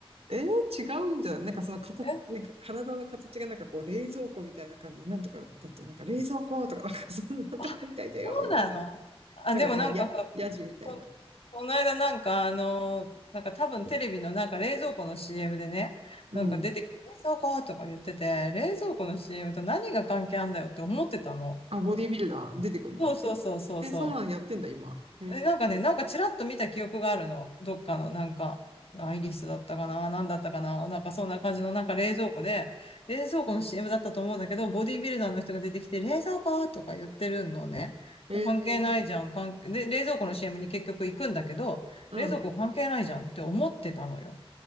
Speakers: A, on the right; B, on the left.
A: えー、違うんじゃないなんかその形、
B: え、
A: なんか体の形がなんかこう冷蔵庫みたいな感じで、なんとかだと、なんか冷蔵庫とか、なんかそんなとこみたいだよ、
B: あ、そうなのあ、
A: みたいな。なんかまあ、
B: でもなんかさ、
A: や、やじみたいな。
B: こ、この間なんかあの、なんか多分テレビのなんか冷蔵庫の CM でね、
A: うん。
B: なんか出てきて冷蔵庫とか言ってて、冷蔵庫の CM と何が関係あんだよって思ってたの。
A: あ、ボディービルダー出てくるのええ、
B: そうそうそうそうそう。
A: そんなんやってんだ、今。へ
B: え、なんかね、なんかちらっと見た記憶があるの。どっかの、なんか、アイリスだったかな、なんだったかな、なんかそんな感じの、なんか冷蔵庫で、冷蔵庫の CM だったと思うんだけど、ボディービルダーの人が出てきて、冷蔵庫とか言ってるのね。
A: え、
B: で、
A: へえ
B: 関係ないじゃん、関係、で、冷蔵庫の CM に結局行くんだけど、
A: うん。
B: 冷蔵庫関係ないじゃんって思ってたのよ。